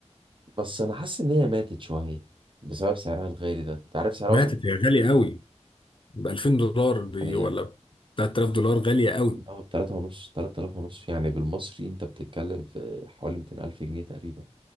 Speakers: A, on the right (about 45°); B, on the left (about 45°).
A: بس انا حاسس ان هي ماتت شويه بسبب سعرها الغالي ده انت عارف سعرها
B: ماتت
A: وصل
B: هي غاليه قوي ب 2000 دولار بي
A: يعني
B: ولا ب 3000 دولار غاليه قوي
A: اه ب 3 ونص 3000 ونص يعني بالمصري انت بتتكلم في حوالي 200 الف جنيه تقريبا